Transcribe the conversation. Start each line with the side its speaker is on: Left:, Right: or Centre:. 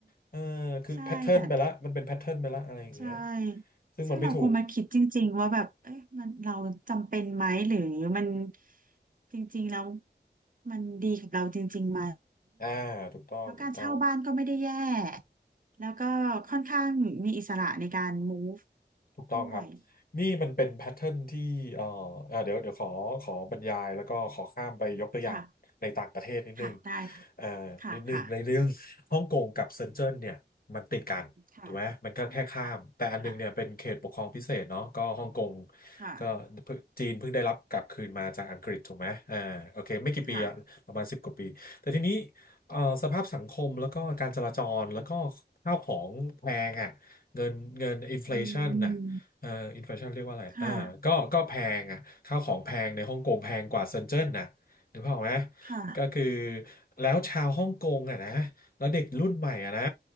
Left: เออคือแพทเทิร์นไปละมันเป็นแพทเทิร์นไปละอะไรอย่างเงี้ย
Right: ใช่แต่ใช่ซึ่งเราควรมาคิดจริงๆว่าแบบเอ๊ะมันเราจำเป็นไหมหรือมัน
Left: ซึ่งมันไม่ถูก
Right: จริงๆแล้วมันดีกับเราจริงๆไหม
Left: อ่าถูกต้องถูกต้อง
Right: เพราะการเช่าบ้านก็ไม่ได้แย่แล้วก็ค่อนข้างมีอิสระในการ move
Left: ถูกต้องครับ
Right: ด้วย
Left: นี่มันเป็นแพทเทิร์นที่เอ่อเอ่อเดี๋ยวเดี๋ยวขอขอบรรยายแล้วก็ขอข้ามไปยกตัวอย่างในต่างประเทศนิดนึง
Right: ค่ะค่ะได้ค่ะ
Left: เอ่อนิดนึงในเรื่องฮ่องกงกับเซินเจิ้นเนี่ยมันติดกันถูกไหมมันก็แค่ข้ามแต่อันนึงเนี่ยเป็นเขตปกครองพิเศษเนาะก็ฮ่องกง
Right: ค่ะค่ะค่ะค่ะค่ะค่ะ
Left: ก็เพิ่งจีนเพิ่งได้รับกลับคืนมาจากอังกฤษถูกไหมอ่าโอเคไม่กี่ปีอะประมาณสิบกว่าปีแต่ทีนี้
Right: ค่ะ
Left: เอ่อสภาพสังคมแล้วก็การจราจรแล้วก็ข้าวของแพงอ่ะเงินเงินอินฟลชันน่ะ
Right: อืม
Left: เอ่ออินฟลชันเรียกว่าอะไรอ่าก็ก็แพงอ่ะข้าวของแพงในฮ่องกงแพงกว่าเซินเจิ้นนะ
Right: ค่ะ
Left: นึกภาพออกไหม
Right: ค่ะ
Left: ก็คือแล้วชาวฮ่องกงอ่ะนะแล้วเด็กรุ่นใหม่อ่ะนะ